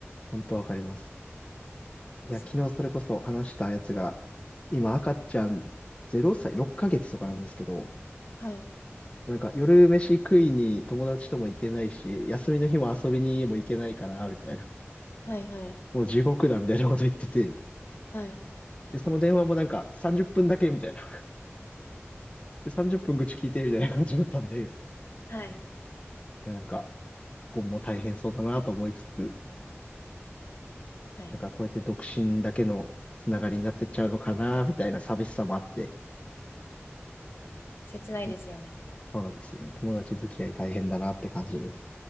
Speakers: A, on the left; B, on the left.
A: 本当わかります。
B: ですよね。
A: いや、昨日それこそ話したやつが、今赤ちゃん0歳、6ヶ月とかなんですけど、
B: はい。
A: なんか夜飯食いに友達とも行けないし、休みの日も遊びにも行けないから、みたいな。
B: はいはい。
A: もう地獄だ、みたいなこと言ってて。
B: はい。
A: で、その電話もなんか30分だけ、みたいな。で、30分愚痴聞いて、みたいな感じだったんで。い
B: はい。
A: や、なんか、今後も大変そうだなと思いつつ、
B: はい。
A: なんかこうやって独身だけのつながりになってっちゃうのかな、みたいな寂しさもあって。
B: 切ないですよね。
A: そうなんですよね。友達付き合い大変だなって感じです。